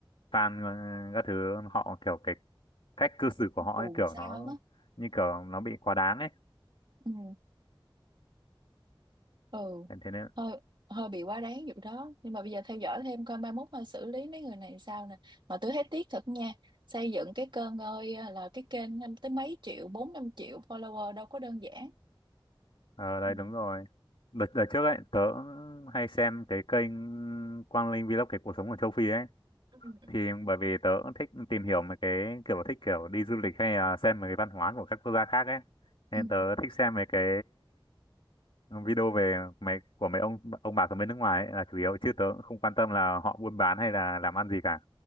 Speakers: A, on the left (about 70°); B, on the right (about 60°).
A: fan ờ, các thứ họ kiểu cái cách cư xử của họ
B: cuồng
A: ấy kiểu
B: sao
A: nó
B: á
A: như kiểu nó bị quá đáng ấy
B: ừ ừ
A: thế thế nên
B: hơi hơi bị quá đáng vụ đó nhưng mà bây giờ theo dõi thêm coi mai mốt mà xử lý mấy người này sao nè mà tôi thấy tiếc thật nha xây dựng cái kênh ơi là cái kênh năm tới mấy triệu bốn năm triệu follower đâu có đơn giản
A: ờ đây
B: ừ
A: đúng rồi đợt, đợt trước ấy tớ hay xem cái kênh Quang Linh Vlog cái cuộc sống ở châu Phi ấy
B: ừ
A: thì bởi vì tớ cũng thích tìm hiểu mấy cái kiểu thích kiểu đi du lịch hay là xem mấy cái văn hóa của các quốc gia khác ấy nên
B: ừ
A: tớ thích xem mấy cái video về mấy của mấy ông ông bà ở bên nước ngoài ấy là chủ yếu chứ tớ cũng không quan tâm là họ buôn bán hay là làm ăn gì cả